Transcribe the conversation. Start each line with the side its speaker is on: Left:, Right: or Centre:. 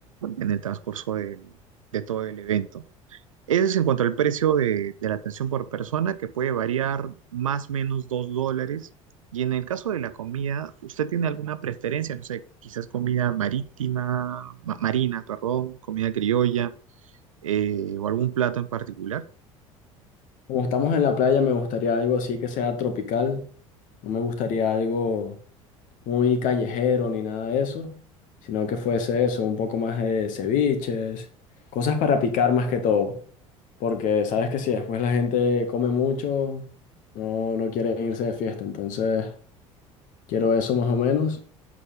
Right: en el transcurso del, de todo el evento. Eso es en cuanto al precio de, de la atención por persona, que puede variar más o menos 2 dólares. Y en el caso de la comida, ¿usted tiene alguna preferencia? No sé, quizás comida marítima, ma- marina, perdón, comida criolla, eh, o algún plato en particular.
Left: como estamos en la playa, me gustaría algo así que sea tropical. No me gustaría algo muy callejero ni nada de eso, sino que fuese eso, un poco más de ceviches, cosas para picar más que todo. Porque sabes que si después la gente come mucho, no, no quiere irse de fiesta, entonces... Quiero eso más o menos.